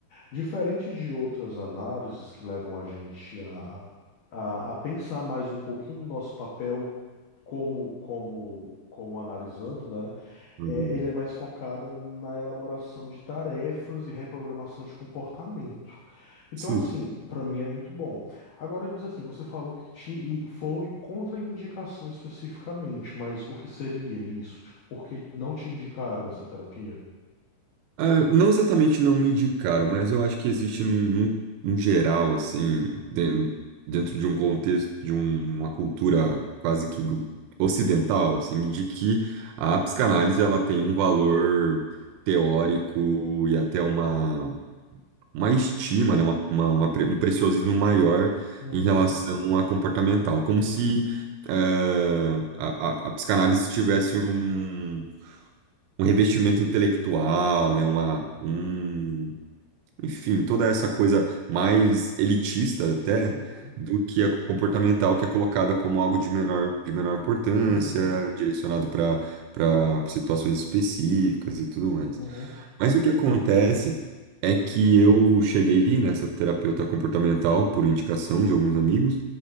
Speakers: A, on the left; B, on the right.
A: Diferente de outras análises que levam a gente a, a, a pensar mais um pouquinho do nosso papel como, como, como analisando, né?
B: uhum.
A: É, ele é mais focado na elaboração de tarefas e reprogramação de comportamento. Então,
B: Sim.
A: assim, para mim é muito bom. Agora, diz assim, você falou que te e foi contraindicação especificamente, mas o que seria isso? Tipo, por que não te indicaram essa terapia?
B: Ah, não exatamente não me indicaram, mas eu acho que existe num, num- num geral, assim, den- dentro de um contexto, de um- uma cultura quase que glo- ocidental, assim, de que a psicanálise ela tem um valor teórico e até uma, uma estima, né, uma- uma- uma pre- um preciosismo maior
A: Uhum,
B: em relação à comportamental, como se eh, a, a a psicanálise tivesse um um revestimento intelectual, né? Uma, um, enfim, toda essa coisa mais elitista até
A: uhum,
B: do que a comportamental, que é colocada como algo de menor, de menor importância,
A: uhum.
B: direcionado para para situações específicas e tudo mais.
A: Uhum.
B: Mas o que acontece é que eu cheguei nessa terapeuta comportamental por indicação de alguns amigos